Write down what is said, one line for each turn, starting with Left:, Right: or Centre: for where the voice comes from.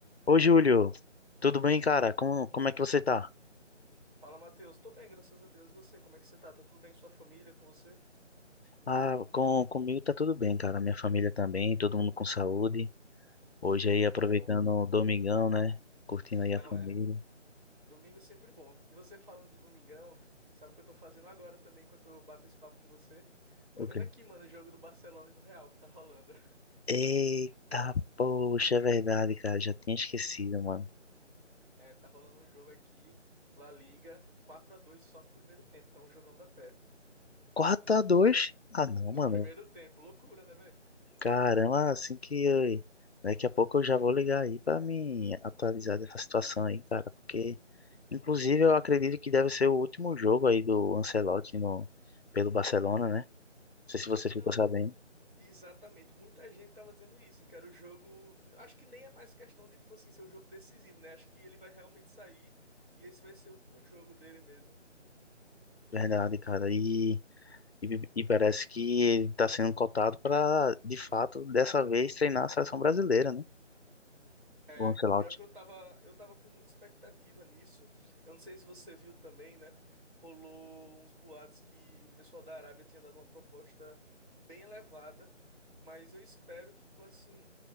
Left: Ô, Júlio, tudo bem, cara? Como, como é que você tá?
Right: Fala, Matheus. Tô bem, graças a Deus. E você, como é que você tá? Tá tudo bem com sua família, com você?
Left: Ah, com, comigo tá tudo bem, cara. Minha família também, todo mundo com saúde. Hoje aí,
Right: Que
Left: aproveitando
Right: bom.
Left: o domingão, né? Curtindo aí
Right: Não
Left: a família.
Right: é. Domingo é sempre bom. E você falando de domingão, sabe o que eu tô fazendo agora também, enquanto eu bato esse papo com você? Tô
Left: Ok.
Right: vendo aqui, mano, o jogo do Barcelona e do Real que tá rolando. <laughs>
Left: Eita, poxa, é verdade, cara. Já tinha esquecido, mano.
Right: É, tá rolando um jogo aqui, La Liga, quatro a dois só no primeiro tempo. Tá um jogão da pé.
Left: 4 a dois? Ah, não, mano.
Right: No primeiro tempo. Loucura, né, velho?
Left: Caramba, assim que eu, daqui a pouco eu já vou ligar aí para me atualizar dessa situação aí, cara, porque inclusive eu acredito que deve ser o último jogo aí do Ancelotti no, pelo Barcelona, né? Não sei se você
Right: Então,
Left: ficou sabendo,
Right: Exatamente, muita gente tava dizendo isso, que era o jogo. Acho que nem é mais questão de, tipo assim, ser o jogo decisivo, né? Acho que ele vai realmente sair e esse vai ser o último jogo dele mesmo.
Left: verdade, cara. E, e, e parece que ele tá sendo cotado para, de fato, dessa vez treinar a seleção brasileira, né?
Right: É,
Left: O Ancelotti.
Right: pior que eu tava, eu tava com muita expectativa nisso. Eu não sei se você viu também, né? Rolou uns boatos que o pessoal da Arábia tinha dado uma proposta bem elevada, mas eu espero que, tipo assim,